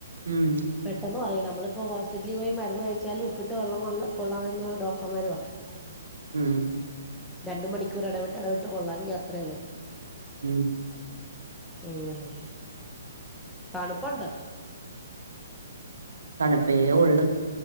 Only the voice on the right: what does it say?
ഉം
ഉം
ഉം
തണ്പ്പേ ഒള്ളു